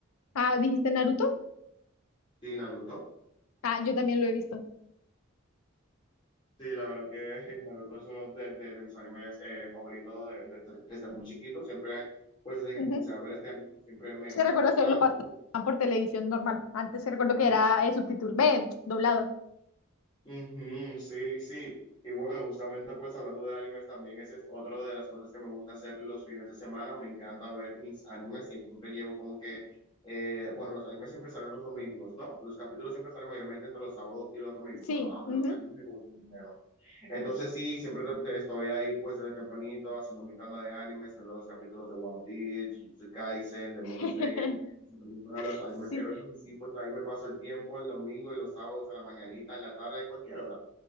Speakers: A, on the left (about 85°); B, on the left (about 20°).
A: Ah, ¿dijiste Naruto?
B: Sí, Naruto.
A: Ah, yo también lo he visto.
B: Sí, la verdad que eh, Naruto es uno de, de- de mis animes eh, favoritos de- de- de- desde muy chiquito. Siempre, pues desde
A: Ujú.
B: que comencé a ver este anime, siempre me,
A: Sí,
B: me
A: recuerdo
B: ha gustado.
A: que lo pasaban
B: Bueno,
A: por televisión normal. Antes sí recuerdo que era eh, subtítulo, ven, doblado.
B: Ujú, sí, sí. Y bueno, justamente pues hablando de animes también, ese es otro de las cosas que me gusta hacer los fines de semana. Me encanta ver mis animes. Siempre llevo como que, eh, bueno, los animes siempre salen los domingos, ¿no? Los capítulos siempre salen mayormente entre los sábados y los domingos.
A: Sí.
B: Bueno, a
A: ujú.
B: lo que a mí me gusta. bueno, entonces sí, siempre te- te estoy ahí pues desde tempranito haciendo mi tanda de animes, viendo los capítulos de One Piece, Jujutsu Kaisen, Demon
A: <laughs>
B: Slayer, son uno de los animes
A: Sí.
B: que veo y sí, pues ahí me paso el tiempo el domingo y los sábados en la mañanita, en la tarde, cualquier hora.